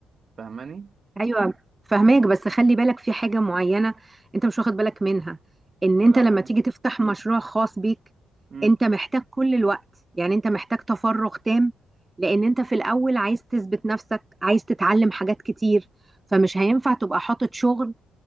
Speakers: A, on the right; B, on the right.
A: فاهماني
B: ايوه فهماك بس خلي بالك في حاجه معينه انت مش واخد بالك منها ان انت
A: لو
B: لما
A: هي
B: تيجي تفتح مشروع خاص بيك
A: امم
B: انت محتاج كل الوقت يعني انت محتاج تفرغ تام لان انت في الاول عايز تثبت نفسك عايز تتعلم حاجات كتير فمش هينفع تبقى حاطط شغل